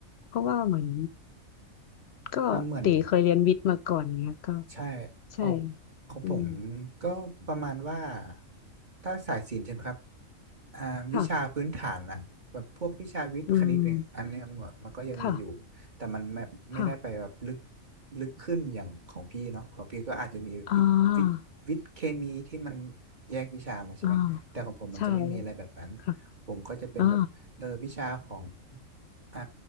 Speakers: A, on the left (about 65°); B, on the right (about 35°).
A: เพราะว่าเหมือนก็ตีเคยเรียนวิทย์มาก่อนเนี้ยก็
B: อ่าเหมือน ใช่
A: ใช่
B: เอาของผม
A: อืม
B: ก็ประมาณว่าถ้าสายศิลป์ใช่ไหมครับอ่าวิชาพื้นฐานอะแบบพวกวิชาวิทย์คณิตเนี่ยอันเนี้ยมันมันก็ยังมีอยู่แต่มันไม่ไม่ได้ไปแบบลึก
A: ค่ะอืมค่ะค่ะ
B: ลึกขึ้นอย่างของพี่เนาะของพี่ก็อาจจะมีวิทย์วิทย์วิทย์เคมีที่มัน
A: อ่า
B: แยกวิชามาใช่ไหมแต่ของผมมันจะไม่มีอะไรแบบนั้น
A: อ่าใช่ค่ะ
B: ผมก็จะเป็นแบบเออวิชาของ
A: อ่า
B: อ่า